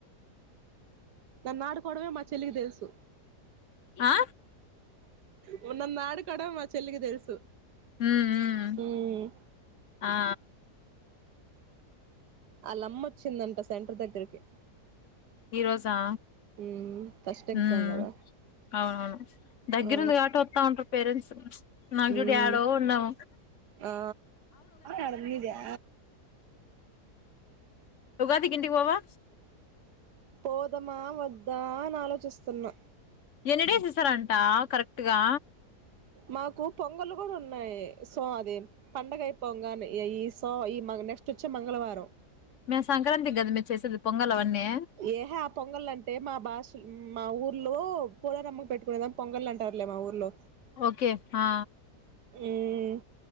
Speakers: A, on the right (about 80°); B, on the left (about 55°).
A: నన్ నాడుకోడమే మా చెల్లికి తెల్సు
B: ఆ
A: ఓ నన్నాడుకోడం మా చెల్లికి తెలుసు
B: ఉమ్ మ్మ్
A: మ్మ్
B: ఆ
A: అ లమ్మ వచ్చిందంట సెంటర్ దగ్గరికి
B: ఈ రోజా
A: మ్మ్ ఫస్ట్ ఎగ్జామ్
B: ఊమ్
A: కదా
B: అవునవును దగ్గిరుంది
A: ఆ
B: కాబట్టి వత్తా ఉంటారు పేరెంట్స్, నాజూడు
A: మ్మ్
B: యాడో ఉన్నాం
A: ఆ ఆడ మీదా
B: ఉగాది కి ఇంటికి వోవా
A: పోదమా వద్దా అని ఆలోచిస్తున్నా
B: ఎన్ని డేస్ ఇస్తారంటా కరెక్ట్గా
A: మాకు పొంగలు కూడా ఉన్నాయి. సో అది పండగ అయిపొంగానే ఏ ఈ సో ఈ నెక్స్ట్ వచ్చే మంగళవారం
B: మేం సంక్రాంతి కదా మే చేసేది పొంగల్ అవన్నీ
A: ఏహే ఆ పొంగల్ అంటే మా బాషుల్ ఉమ్ మా ఊర్లో పోలేరమ్మ పెట్టుకునేదాం పొంగల్ అంటారులే మా ఊర్లో
B: ఓకే ఆ
A: ఉమ్